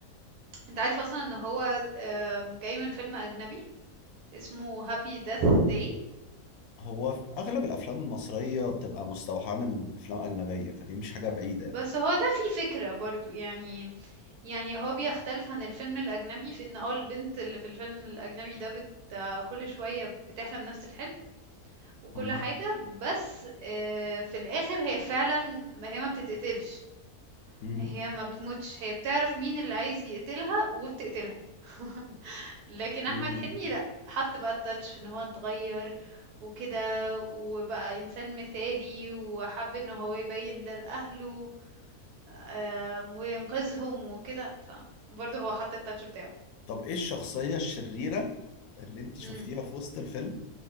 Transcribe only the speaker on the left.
هو في اغلب الافلام المصرية بتبقى مستوحاة من افلام اجنبية فدي مش حاجة بعيدة
يعني.
مم.
مم.
مم.
طب ايه الشخصية الشريرة اللي انت شفتيها
في وسط الفيلم